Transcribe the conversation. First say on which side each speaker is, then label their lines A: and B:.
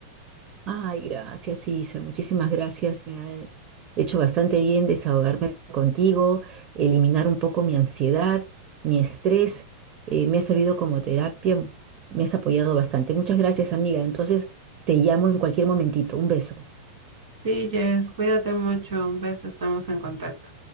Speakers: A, on the right; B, on the right.
A: Ay, gracias, Isa, muchísimas gracias. Me ha hecho bastante bien desahogarme contigo, eliminar un poco mi ansiedad, mi estrés. eh, me ha servido como terapia, me has apoyado bastante. Muchas gracias, amiga. Entonces, te llamo en cualquier momentito. Un beso.
B: Sí, Jess, cuídate mucho. Un beso, estamos en contacto.